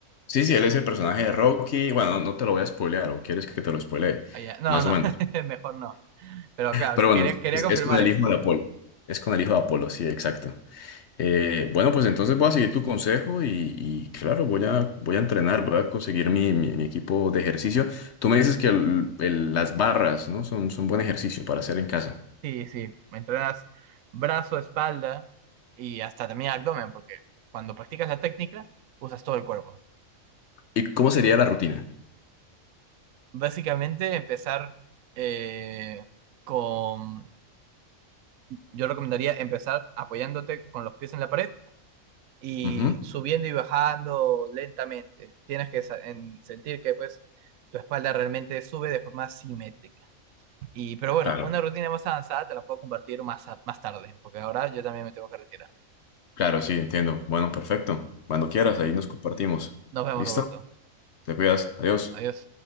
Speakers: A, on the left; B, on the right.
A: Sí, sí, él es el personaje de Rocky. Bueno, no no te lo voy a spoilear, o quieres que te lo spoilee,
B: Ah, ya. No,
A: más
B: no,
A: o menos.
B: <laughs> mejor no. Pero claro,
A: Pero bueno,
B: quería, quería
A: es,
B: confirmar
A: es con el
B: eso.
A: hijo de Apolo. Es con el hijo de Apolo, sí, exacto. Eh, bueno, pues entonces voy a seguir tu consejo y, y claro, voy a, voy a entrenar, voy a conseguir mi, mi- mi equipo de ejercicio. Tú me dices que el- el- las barras, ¿no? Son, son buen ejercicio para hacer en casa.
B: Sí, sí, entrenas brazo, espalda y hasta también abdomen, porque cuando practicas la técnica usas todo el cuerpo.
A: ¿Y cómo sería la rutina?
B: Básicamente empezar eh, con, yo recomendaría empezar apoyándote con los pies en la pared y
A: Ujú,
B: subiendo y bajando lentamente. Tienes que sa- en- sentir que pues tu espalda realmente sube de forma simétrica. Y, pero bueno,
A: Claro,
B: una rutina más avanzada te la puedo compartir más, a- más tarde, porque ahora yo también me tengo que retirar.
A: claro, sí, entiendo. Bueno, perfecto. Cuando quieras,
B: Ah,
A: ahí nos compartimos.
B: Nos vemos,
A: ¿Listo?
B: Roberto.
A: Te cuidas. Adiós.
B: Adiós.